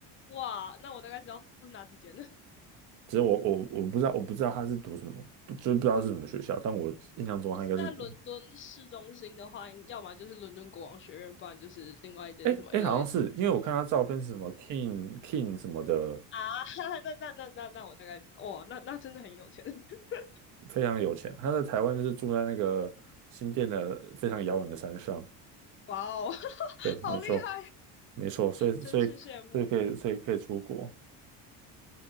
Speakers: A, on the left (about 30°); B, on the right (about 50°).
A: 哇，那我大概知道是哪几间了。<laughs> 如
B: 只是我我我不知道我不知道他是读什么，不就是不知道是什么学校，但我印象中他应该是读，
A: 果是在伦敦市中心的话，要么就是伦敦国王学院，不然就是另外一间是什么
B: 哎哎，
A: L
B: 好像是因为我看他照片是什么
A: E D。
B: King King 什么的，
A: <laughs> 那那那那那我大概哇，那那真的很有钱，<laughs>
B: 非常有钱，他在台湾就是住在那个新店的非常遥远的山上，
A: 哇哦，<laughs>
B: 对，没错
A: 好厉害，
B: 没错，所以所以所以可以所以可以出国，
A: 真是羡慕。